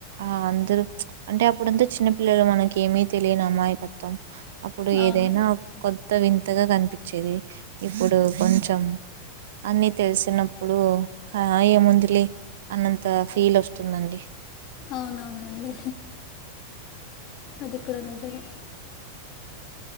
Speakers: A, on the right (about 55°); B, on the left (about 40°).
A: ఆ అందరు అంటే అప్ అప్పుడంతా చిన్న పిల్లలు మనకి ఏమీ తెలియని అమాయకత్వం అప్పుడు
B: అవును
A: ఏదైనా కొత్త వింత కొత్తగా కనిపించేది ఇప్పుడు కొంచెం అన్ని తెలిసినప్పుడు ఆ ఏముందిలే అన్నంత అంత ఫీల్ వస్తుందండి
B: అవునవునండి అది ఇక్కడ నిజమే